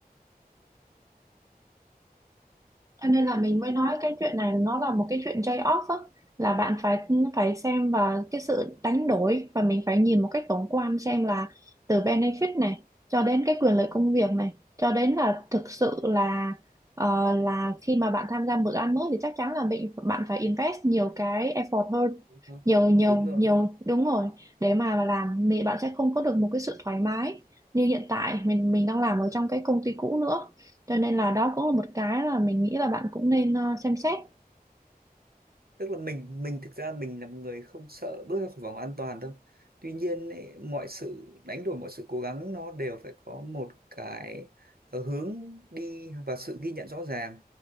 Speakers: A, on the right (about 20°); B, on the right (about 75°).
A: Cho nên là mình mới nói cái chuyện này nó là một cái chuyện trade-off á, là bạn phải phải xem và cái sự đánh đổi và mình phải nhìn một cách tổng quan xem là từ benefit này cho đến cái quyền lợi công việc này cho đến là thực sự là ờ, là khi mà bạn tham gia một dự án mới thì chắc chắn là mình bạn phải invest nhiều cái effort hơn
B: Đúng rồi.
A: nhiều nhiều
B: Đúng
A: nhiều
B: rồi.
A: đúng rồi để mà làm thì bạn sẽ không có được một cái sự thoải mái như hiện tại mình mình đang làm ở trong cái công ty cũ nữa cho nên là đó cũng là một cái là mình nghĩ là bạn cũng nên ờ, xem xét.
B: tức là mình mình thực ra mình là một người không sợ bước ra khỏi vòng an toàn đâu tuy nhiên ấy, mọi sự đánh đổi mọi sự cố gắng nó đều phải có một cái ờ, hướng đi và sự ghi nhận rõ ràng